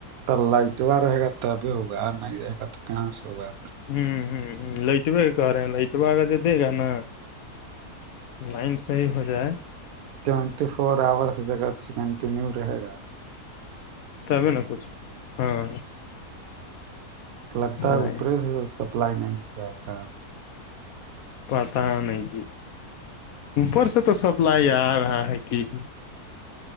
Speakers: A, on the right (about 70°); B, on the left (about 70°).
A: ت للہ جا رہے گا تب ہوگا نہیں رہے گا تو کہاں سے ہوگا
B: ہوں ہوں لائٹوے کہ رہے ہیں لائٹوہ آگر جو دے گا نا لائن صحیح ہو جائے
A: ٹوینٹی فور آورس جگہ کنٹینیو رہے گا
B: ت میں نہ پوچو ہاں
A: لگتا
B: نہیں
A: ہے اوپرے سے سپلائی نہیں ہو رہا ہے کا
B: پتا نہیں جی اوپر سے تو سپلائی آ رہا ہے کہ جی